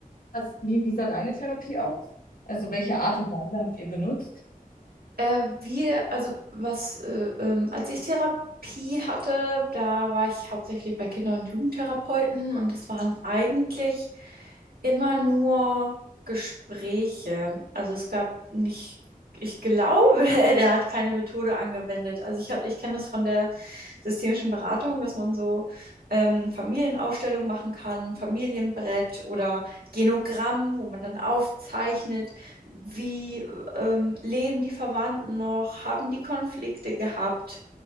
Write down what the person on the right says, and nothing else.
Äh, wir, also was, äh, ähm, als ich Therapie hatte, da war ich hauptsächlich bei Kinder- und Jugendtherapeuten und es waren eigentlich immer nur Gespräche. Also es gab nicht, ich glaube, <laughs> der hat keine Methode angewendet. Also ich hab, ich kenne das von der systemischen Beratung, dass man so ähm, Familienaufstellung machen kann, Familienbrett oder Genogramm, wo man dann aufzeichnet, wie ähm, leben die Verwandten noch, haben die Konflikte gehabt